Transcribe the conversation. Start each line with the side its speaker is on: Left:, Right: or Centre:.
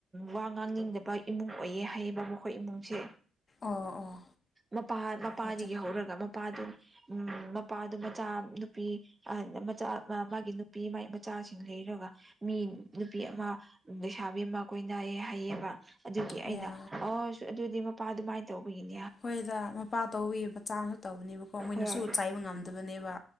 Right: ꯋꯥ ꯉꯥꯡꯅꯤꯡꯗꯕ ꯏꯃꯨꯡ ꯑꯣꯏꯌꯦ ꯍꯥꯏꯌꯦꯕ ꯃꯈꯣꯏ ꯏꯃꯨꯡꯁꯦ
Left: ꯑꯣꯥ ꯑꯣ
Right: ꯃꯄꯥ ꯃꯄꯥꯗꯒꯤ
Left: ꯃꯆꯥ
Right: ꯍꯧꯔꯒ ꯃꯄꯥꯗꯨ ꯎꯝ ꯃꯄꯥꯗꯨ ꯃꯆꯥ ꯅꯨꯄꯤ ꯃꯆꯥ ꯃꯥꯒꯤ ꯅꯨꯄꯤ ꯃꯒꯤ ꯃꯆꯥꯁꯤꯡ ꯂꯩꯔꯒ ꯃꯤ ꯅꯨꯄꯤ ꯑꯃ ꯎ ꯂꯩꯁꯥꯕꯤ ꯑꯃ ꯀꯣꯏꯅꯏꯌꯦ ꯍꯥꯏꯩꯑꯕ ꯑꯗꯨꯒꯤ ꯑꯩꯅ
Left: ꯑꯌꯥ
Right: ꯑ ꯑꯗꯨꯗꯤ ꯃꯄꯥ ꯑꯗꯨꯃꯥꯏꯅ ꯇꯧꯕꯒꯤꯅꯤ
Left: ꯍꯈꯣꯏꯗ ꯃꯄꯥ ꯇꯧꯋꯤ ꯃꯆꯥ ꯑꯃꯁꯁꯨ ꯇꯧꯕꯅꯦꯕꯀꯣ ꯃꯣꯏꯅꯁꯨ
Right: ꯍꯣꯏ
Left: ꯆꯥꯏꯕ ꯉꯝꯗ ꯑꯗꯨꯕꯨꯅꯦꯕ